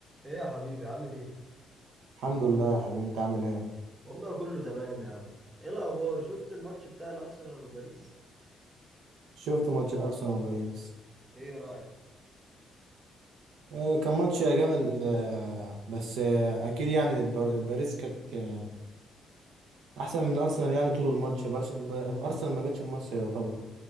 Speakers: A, on the right; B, on the right.
A: ايه يا حبيبي عامل ايه؟
B: الحمد لله يا حبيبي انت عامل ايه
A: والله كله تمام يا عم ايه الاخبار؟ شفت الماتش بتاع الارسنال وباريس؟
B: شفت ماتش الارسنال وباريس
A: ايه رأيك؟
B: آه، كان ماتش جامد آه، بس آه، اكيد يعني بار- باريس كانت آه، احسن من ارسنال يعني طول الماتش بارس- ب- ارسنال ما جاتش مصر يعتبر